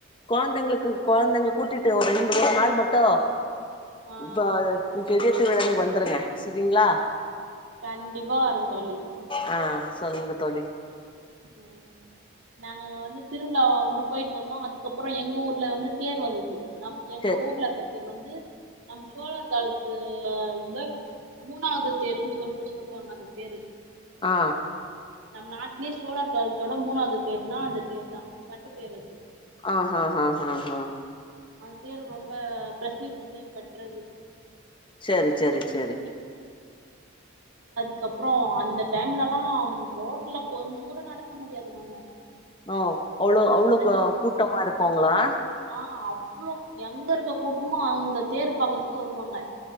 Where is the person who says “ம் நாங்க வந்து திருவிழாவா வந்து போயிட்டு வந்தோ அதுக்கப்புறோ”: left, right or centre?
Right